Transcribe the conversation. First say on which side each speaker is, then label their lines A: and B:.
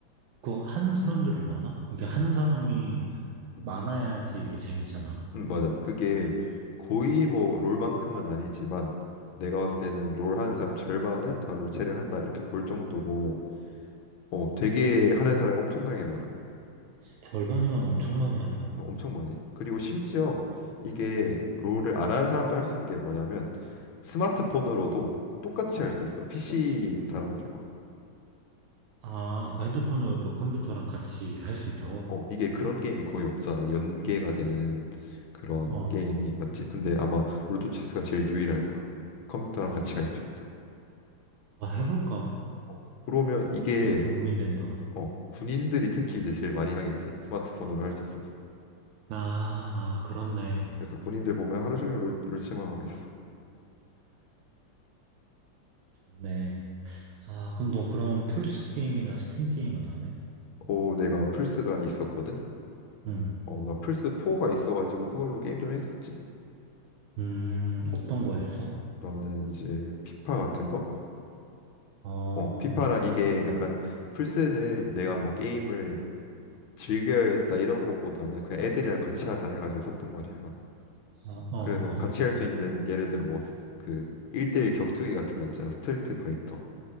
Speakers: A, on the right; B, on the left.
A: 그거 하는 사람들은 많아? 이게 하는 사람이
B: 음,
A: 많아야지 이게 재밌잖아.
B: 음, 맞아. 그게 거의 뭐 롤만큼은 아니지만 내가 봤을 때는 롤 하는 사람 절반은 다 롤체를 한다 이렇게 볼 정도로 어, 되게 하는 사람이 엄청나게 많아.
A: 절반이면 엄청 많이 하네?
B: 어, 엄청 많이. 해. 그리고 심지어 이게 롤을 안 하는 사람도 할 수 있는 게 뭐냐면 스마트폰으로도 똑같이 할 수 있어. PC인 사람들과.
A: 아, 그 핸드폰으로도 컴퓨터랑 같이 할 수 있다고?
B: 어, 이게 그런 게임이 거의 없잖아. 연계가 되는 그런
A: 어,
B: 게임이 맞지? 근데 아마 롤토 체스가 제일 유일할 거야. 컴퓨터랑 같이 할 수 있는.
A: 아, 해볼까?
B: 어, 그러면 이게
A: 좀 고민된다.
B: 어, 군인들이 특히 이제 제일 많이 하겠지. 스마트폰으로 할 수 있어서.
A: 아, 아, 그렇네.
B: 그래서 군인들 보면 하루 종일 롤, 롤 하고 있어.
A: 좋네. 아, 그럼 너 그러면 플스 게임이나 스팀 게임은 안 해?
B: 오, 내가 플스가 있었거든.
A: 응.
B: 어, 나 플스 4가 있어가지고 그걸로 게임 좀 했었지.
A: 음, 어떤 거 했어?
B: 너는 이제 피파 같은 거?
A: 어, 어,
B: 어, 피파랑 이게 약간 플스는 내가 뭐 게임을 즐겨야겠다 이런 것보다는 그냥 애들이랑 같이 하자 해가지고 샀단 말이야.
A: 어,
B: 그래서
A: 어.
B: 같이 할 수 있는 예를 들어 뭐 그 1대1 격투기 같은 거 있잖아. 스트리트 파이터